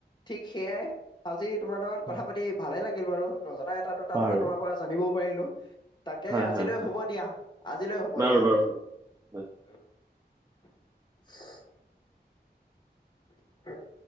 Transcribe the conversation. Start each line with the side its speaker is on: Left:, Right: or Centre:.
Left: ঠিক সেয়াই আজি তোমাৰ লগত
Right: হয়,
Left: কথা পাতি ভালে লাগিল বাৰু নজনা এটা। দুটা
Right: বাৰু
Left: কথা তোমাৰ পৰা জানিবও পাৰিলো তাকে
Right: হয়,
Left: আজিলৈ
Right: হয়, হয়,
Left: হ'ব দিয়া আজিলৈ হ'ব
Right: বাৰু,
Left: দিয়া।
Right: বাৰু,
Left: <unintelligible>
Right: হয়।
Left: <inaudible>